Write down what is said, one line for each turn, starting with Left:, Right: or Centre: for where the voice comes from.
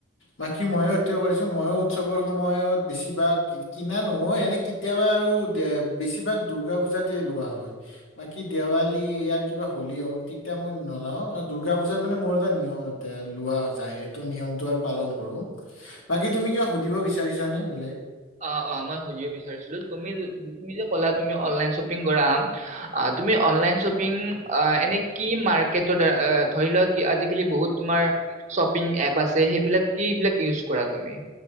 Left: বাকী মইয়ো সেটোৱে কৰিছো, মই উৎসৱৰ সময়ত বেছিভাগ কিনা নহয় এনে কেতিয়াবা আৰু দে বেছিভাগ দূৰ্গা পুজাতে লোৱা হয়, বাকী দেৱালী ইয়া কিবা হলি হওক, তেতিয়া মই নলও দুৰ্গা পূজাত মানে মোৰ এটা নিয়ম এ লোৱা যাই নিয়মতটো আৰু পালন কৰো, বাকি তুমি কিবা সুধিব বিচাৰিছানে বেলেগ
Right: অ অ মই সুধিব বিচাৰিছিলোঁ তুমি যে ক'লা তুমি অনলাইন শ্বপিং কৰা আ তুমি অনলাইন শ্বপিং আ এনে কি মাৰ্কেটৰ দ্বাৰা ধৰিলোৱা আজিকালি বহুত তোমাৰ শ্বপিং এপ আছে সেইবিলাক কি বিলাক ইউজ কৰা তুমি?